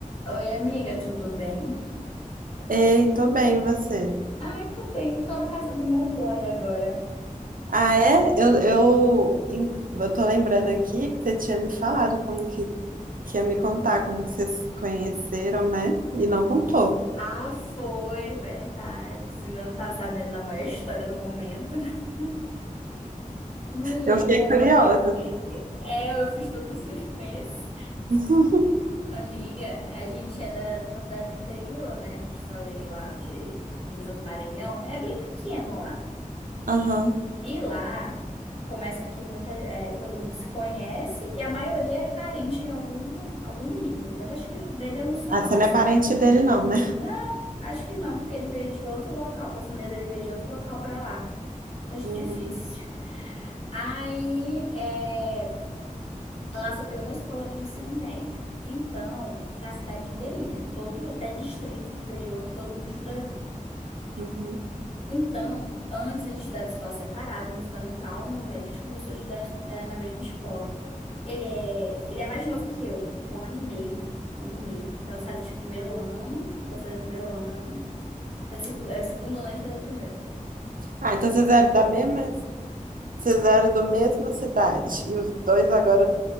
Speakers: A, on the left; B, on the right.
A: Oi, amiga, tudo bem?
B: Ei, tô bem, e você?
A: Ai, tudo bem. Tô na casa do meu boy agora.
B: Ah, é? Eu, eu, em- eu tô lembrando aqui que você tinha me falado como que, que ia me contar, como que vocês se conheceram, né? E não contou.
A: Ah, foi, verdade. Você não tá sabendo da maior história do momento. <laughs> Mulher,
B: Eu fiquei curiosa.
A: é, eu fiz todo um suspense.
B: <laughs>
A: Amiga, a gente é da, de uma cidade do interior, né? Que eu te falei lá de divisa com o Maranhão. É bem pequeno lá.
B: Aham.
A: E lá começa que muita, é, todo mundo se conhece e a maioria é parente em algum, algum nível. Mas acho que dele eu não sou,
B: Ah,
A: não.
B: você não é parente dele, não, né?
A: Não, acho que não, porque ele veio de outro local, a família dele veio de outro local pra lá. Acho
B: Uhum,
A: difícil. Aí, é, lá só tem uma escola de ensino médio. Então, para a cidade inteirinha, todo até distrito do interior, todo mundo estuda junto.
B: uhum.
A: Então, antes a gente estudava escola separada, no fundamental, no médio a gente começou a estudar eh, na mesma escola. Ele é, ele é mais novo que eu, um ano e meio, um ano e meio. Então, eu fazia tipo, primeiro ano, eu fazia primeiro ano, fazia segu- eh, segundo ano ele fazia primeiro.
B: Ah, então vocês eram da mesma, vocês eram do mesma cidade. E os dois agora